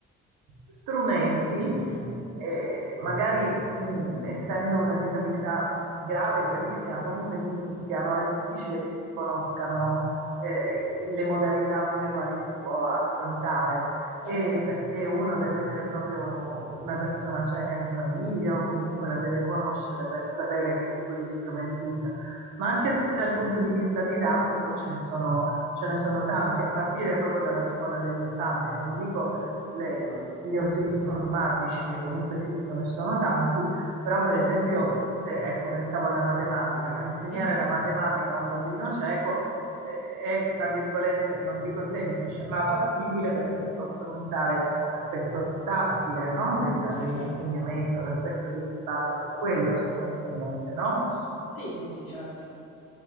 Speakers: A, on the right; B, on the left.
A: strumenti,
B: Mm,
A: eh, magari mh, essendo una disabilità grave, gravissima, comunque di nicchia, no? È difficile che si conoscano eh, le modalità con le quali si può affrontare,
B: Certo.
A: e perché uno deve avere proprio una persona cieca in famiglia o comunque la deve conoscere per sapere che tipo di strumenti usa. Ma anche dal punto di vista didattico ce ne sono ce ne sono tanti, a partire proprio dalla scuola dell'infanzia, non dico le- gli ausili informatici che comunque esistono e sono tanti, però per esempio, eh, ecco, pensavo alla matematica, no? Insegnare
B: Mhm.
A: la matematica a un bambino cieco eh, è, tra virgolette, non dico semplice, ma fattibile perché si possono usare l'aspetto tattile, no? Del- dell'insegnamento,
B: Certo.
A: l'aspetto che si basa su quello sostanzialmente, no?
B: Sì, sì, sì, certo.